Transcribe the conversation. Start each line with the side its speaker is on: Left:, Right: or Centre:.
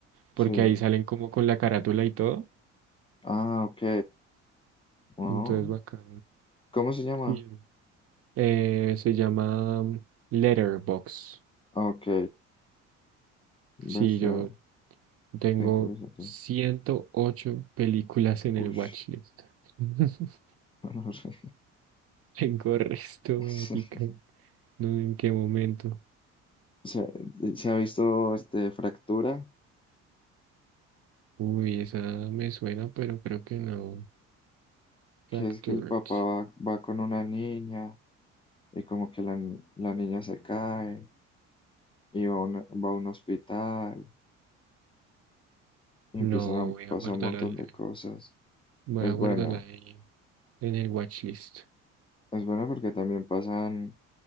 Left: Sí.
Right: porque ahí salen como con la carátula y todo.
Left: Ah, ok. Oh,
Right: Entonces, bacán.
Left: ¿Cómo se llama?
Right: Sí. Eh, se llama Letterbox.
Left: Ah, Ok, ves,
Right: Sí, yo
Left: ah,
Right: Tengo
Left: te interesa, te-
Right: 108 películas en
Left: Ush,
Right: el watchlist. <laughs>
Left: <laughs> no sé.
Right: Tengo resto,
Left: <laughs>
Right: marica. No sé en qué momento.
Left: Se, se ha visto este, Fractura.
Right: Uy, esa me suena, pero creo que no.
Left: que
Right: Fractured.
Left: es que el papá va, va con una niña y como que la, ni- la niña se cae y va a, una- va a un hospital y
Right: No,
Left: empiezan a
Right: voy a
Left: pasar
Right: guardarla.
Left: un montón
Right: en
Left: de cosas.
Right: Voy
Left: Es
Right: a guardarla
Left: buena,
Right: ahí en el watchlist.
Left: es buena porque también pasan